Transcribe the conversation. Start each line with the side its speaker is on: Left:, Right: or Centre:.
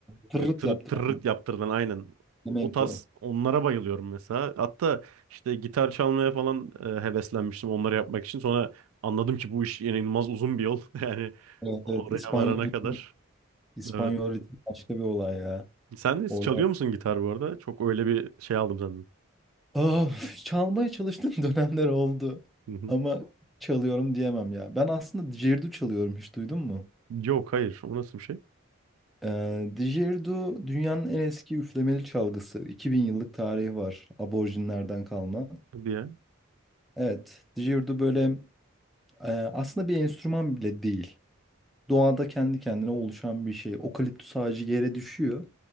Centre: Tırırt
Right: Böyle tırıt
Centre: yaptı
Right: tırırt
Centre: ama.
Right: yaptırılan aynen.
Centre: Flamenco.
Right: O tarz onlara bayılıyorum mesela. Hatta işte gitar çalmaya falan e, heveslenmiştim onları yapmak için. Sonra anladım ki bu iş inanılmaz uzun bir yol. <laughs> Yani
Centre: Evet,
Right: oraya
Centre: evet. İspanyol
Right: varana kadar.
Centre: İspanyol
Right: Evet.
Centre: ritmi başka bir olay ya.
Right: Sen de
Centre: Orada
Right: çalıyor musun gitar bu arada? Çok öyle bir şey aldım senden.
Centre: Ah çalmaya çalıştığım <laughs> dönemler oldu.
Right: Hı hı.
Centre: Ama çalıyorum diyemem ya. Ben aslında didgeridoo çalıyorum hiç duydun mu?
Right: Yok hayır. O nasıl bir şey?
Centre: Ee, didgeridoo dünyanın en eski üflemeli çalgısı. 2000 yıllık tarihi var. Aborjinlerden kalma.
Right: Hadi ya.
Centre: Evet, didgeridoo böyle e, aslında bir enstrüman bile değil. Doğada kendi kendine oluşan bir şey. Okaliptüs ağacı yere düşüyor.